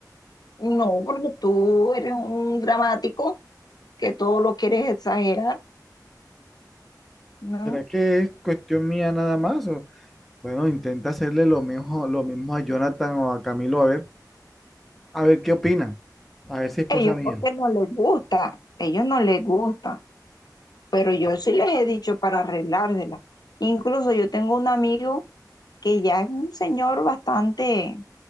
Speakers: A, on the left (about 65°); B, in the centre.
A: No, porque tú eres un dramático que todo lo quieres exagerar, ¿no?
B: ¿Será que es cuestión mía nada más? O, bueno, intenta hacerle lo mismo, lo mismo a Jonathan o a Camilo a ver, a ver qué opinan. A ver si es
A: Ellos
B: cosa mía.
A: porque no les gusta, ellos no les gusta, pero yo sí les he dicho para arreglársela. Incluso yo tengo un amigo que ya es un señor bastante